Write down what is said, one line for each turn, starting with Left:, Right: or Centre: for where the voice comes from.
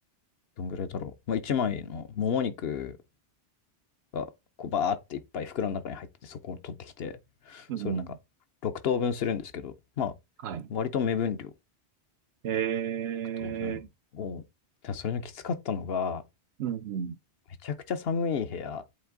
Left: どんぐらいだろう。まあ、1枚のもも肉が、こう、バーっていっぱい袋の中に入ってて、そこを取ってきて、
Right: うん
Left: それなんか、6等分するんですけど、まあ、
Right: はい。
Left: 割と目分量。6
Right: えー、
Left: 等分を。ただそれのきつかったのが、
Right: うん。
Left: めちゃくちゃ寒い部屋、